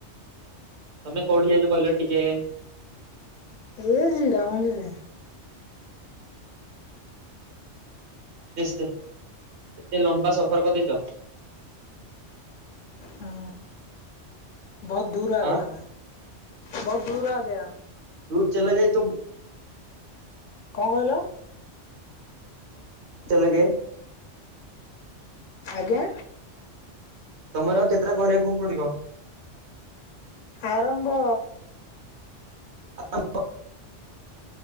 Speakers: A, on the right; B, on the left.
A: ତମେ କୋଉଠି ଯାଇଛ କହିଲ ଟିକେ।
B: <unintelligible>
A: <inaudible> ଏତେ ଲମ୍ବା ସଫର କରିଦେଇଛ।
B: ହ-ଅ ବହୁତ ଦୂର ଆଜ୍ଞା
A: ଆଁ
B: ବହୁତ ଦୂର ଆଜ୍ଞା।
A: ଦୂର ଚଲେ ଗାଇ ତୁମ।
B: କଣ କହିଲ?
A: ଚଲେଗାୟେ।
B: ଆଜ୍ଞା
A: ତମର ଆଉ କେତେଟା କରିବାକୁ ପଡ଼ିବ?
B: ଆରମ୍ଭ
A: <unintelligible>